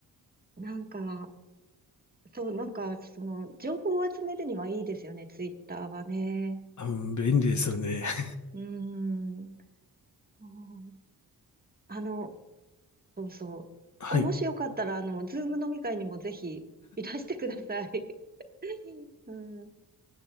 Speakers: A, on the right; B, on the left.
A: う、なんか、そう、なんか、その、情報を集めるにはいいですよね、ツイッターはね。
B: あの便利ですよね。<laughs>
A: うーん、そうあの、そうそう。
B: はい。
A: あ、もしよかったら、あの、ズーム飲み会にもぜひいらしてください。<laughs> うん、